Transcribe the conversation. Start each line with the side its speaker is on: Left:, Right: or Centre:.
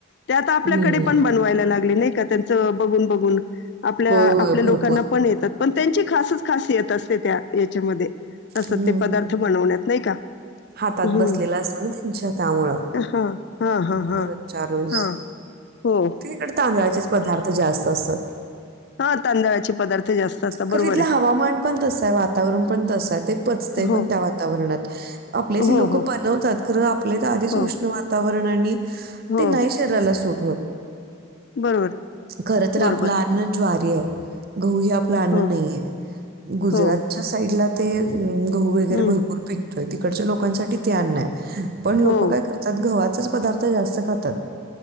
Left: ते आता आपल्याकडे
Right: हम्म
Left: पण बनवायला लागले नाही. का त्यांच बघून बघून आपल्या
Right: होय होय
Left: आपल्या
Right: भरपूर
Left: लोकांना पण येतात पण त्यांची खासच खासियत असते त्या याच्यामध्ये असं
Right: हम्म
Left: ते पदार्थ
Right: हम्म.
Left: बनवण्यात नाही का?
Right: हातात
Left: हं.
Right: बसलेला असत ना त्यांच्या त्यामुळ
Left: हां, हां, हां, हां.
Right: रोजच्या रोज
Left: हां. हो.
Right: तिईकडे तांदळाचे पदार्थ जास्त असतात.
Left: हा तांदळाचे पदार्थ जास्त असतात. बरोबर
Right: खरं तिथलं
Left: आहे.
Right: हवामान पण तसं आहे. वातावरण पण तसं आहे ते पचतंय
Left: हो,
Right: पण त्या वातावरणात आपल्यातली
Left: हो,
Right: लोकं
Left: हो,
Right: बनवतात खरं आपल्या तर आधीच
Left: हो,
Right: उष्ण वातावरण आववरणाने
Left: हो,
Right: ते नाही शरीराला सट ठत
Left: बरोबर,
Right: खर तर
Left: बरोबर.
Right: आपलं अन्न ज्वारी आहे. गोया प्लन
Left: हो,
Right: नाही आहे गुजरातच्या
Left: हो,
Right: साईडला ते त वगरे
Left: हं,
Right: भरपूर पिक तो तिकडच्या लोकांसाठी त्यान नाही. पण लोक
Left: हो,
Right: काय करतात गवात पदार्थ जास्त खातात.